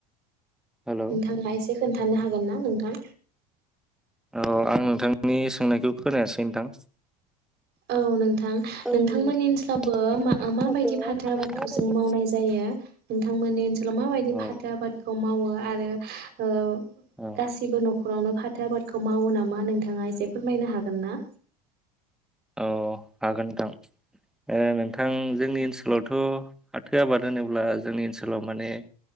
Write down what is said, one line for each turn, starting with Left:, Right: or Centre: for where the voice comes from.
Centre: हेलौ
Right: नोंथाङा एसे खोन्थानो हागोन ना नोंथां
Centre: औ आं नोंथांनि सोंनायखौ खोनायासै नोंथां।
Right: औ नोंथां
Centre: औ
Right: नोंथांमोननि
Centre: नोंथांनि
Right: ओनसोलावबो मा माबायदि
Centre: साहाबोआ
Right: फाथो आबादखौ
Centre: माबायदि
Right: जों मावनाय जायो। नोंथांमोननि ओनस ओनसोलाव माबायदि
Centre: औ
Right: फाथो आबादखौ मावो आरो ओ
Centre: औ
Right: गासिबो न'ख न'खरावनो फाथो आबादखौ मावो नामा नोंथाङा एसे फोरमायनो हागोन ना?
Centre: औ हागोन नोंथां। ओ नोंथां जोंनि ओनसोलाव थ' फाथो आबाद होनोब्ला जोंनि ओनसोलाव माने